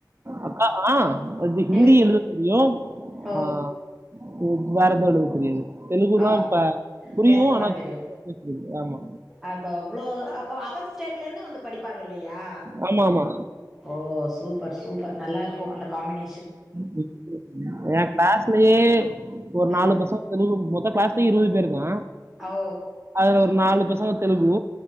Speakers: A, on the right (about 35°); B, in the centre.
A: அக்கா ஆ அது ஹிந்தி
B: எழுது
A: எழுதத் தெரியு
B: ஓ
A: ஆ இத் வேற எதுவு எழுத தெரியாது தெலுங்குலாம்
B: ஆ
A: ப புரியும்
B: பேசதா
A: ஆனா
B: தெரியு
A: பெருசா பேச தெரியாது. ஆமா
B: அப்போ இவ்ளோ அப்ப அதர் ஸ்டேட்லருந்து படிப்பாங்க இல்லயா
A: ஆமா ஆமா
B: ஓ சூப்பர் சூப்பர் நல்லாருக்கு அந்த காம்பினே
A: <inaudible> ஏன் கிளாஸ்லயே ஒரு நாலு
B: அ
A: பசங் தெலு கு மொத்த கிளாஸ்லயு இருவது பேருதா
B: ஓ
A: அதுல ஒரு நாலு பசங்க தெலுகு